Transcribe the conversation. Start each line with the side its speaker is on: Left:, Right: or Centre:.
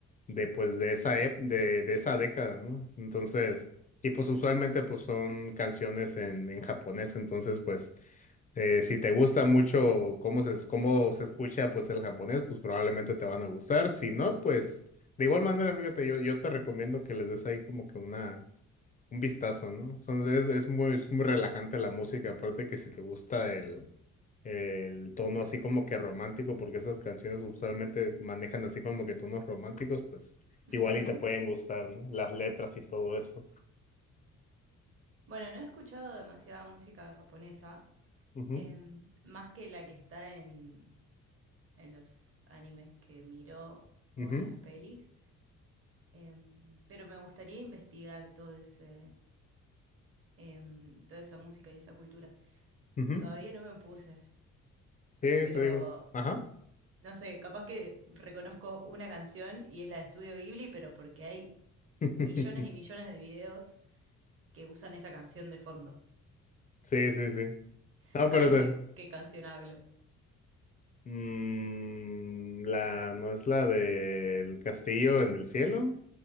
Left: de pues de esa, ep- de, de esa década, ¿no? Entonces, y pues usualmente pues son canciones en, en japonés, entonces pues eh, si te gusta mucho cómo se, cómo se escucha pues el japonés, pues probablemente te van a gustar, si no, pues de igual manera, fíjate, yo, yo te recomiendo que les des ahí como que una un vistazo, ¿no? Son- es, es muy, es muy relajante la música, aparte que si te gusta el, el tono así como que romántico, porque esas canciones usualmente manejan así como que tonos románticos, pues
Right: Ujú.
Left: igual y te pueden gustar, ¿no? Las letras y todo eso.
Right: Bueno, no he escuchado demasiada música japonesa,
Left: Ujú,
Right: em, más que la que está en, en los animes que miro o
Left: ujú,
Right: en las pelis, em, pero me gustaría investigar todo ese, em, toda esa música y esa cultura.
Left: ujú.
Right: Todavía no me puse,
Left: Sí,
Right: pero
Left: te digo. Ajá.
Right: no sé, capaz que reconozco una canción y es la de Estudio Ghibli, pero porque hay
Left: <laughs>
Right: millones y millones de videos que usan esa canción de fondo.
Left: Sí, sí, sí.
Right: <laughs>
Left: No,
Right: ¿Sabes
Left: pero te-
Right: de cu- qué canción hablo?
Left: mm, la, no es la del castillo en el cielo,